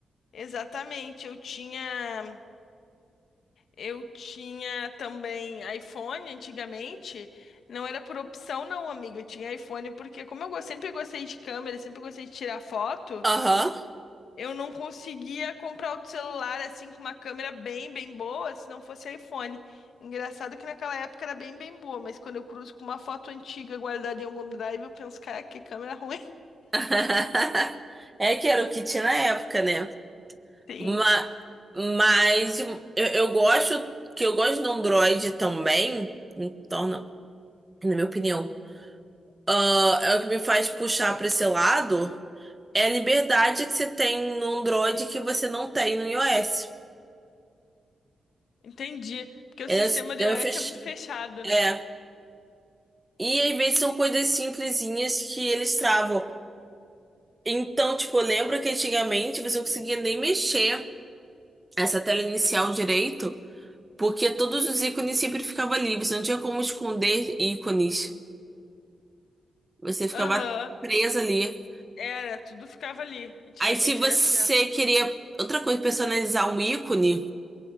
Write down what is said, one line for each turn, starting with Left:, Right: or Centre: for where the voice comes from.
Left: Exatamente. Eu tinha, eu tinha também iPhone antigamente. Não era por opção, não, amiga. Eu tinha iPhone porque, como eu go- sempre gostei de câmera, sempre gostei de tirar foto.
Right: Aham.
Left: Eu não conseguia comprar outro celular assim com uma câmera bem, bem boa, se não fosse iPhone. Engraçado que naquela época era bem, bem boa, mas quando eu cruzo com uma foto antiga guardada em algum drive, eu penso, cara, que câmera ruim. <laughs>
Right: <laughs> É que era o que tinha na época, né?
Left: Sim,
Right: Ma- Mas, eu, eu gosto que eu gosto do Android também, me torna, na minha opinião, ah, é o que me faz puxar para esse lado é a liberdade que você tem no Android que você não tem no iOS.
Left: entendi. Porque o
Right: É,
Left: sistema do
Right: é,
Left: iOS
Right: fech-
Left: é muito fechado,
Right: é.
Left: né?
Right: E às vezes são coisas simplesinhas que eles travam. Então, tipo, eu lembro que antigamente você não conseguia nem mexer essa tela inicial direito. Porque todos os ícones sempre ficavam ali. Você não tinha como esconder ícones. Você ficava
Left: Aham,
Right: presa ali.
Left: era, tudo ficava ali. Antigamente
Right: Aí, se você
Left: era assim, ó.
Right: queria outra coisa, personalizar um ícone,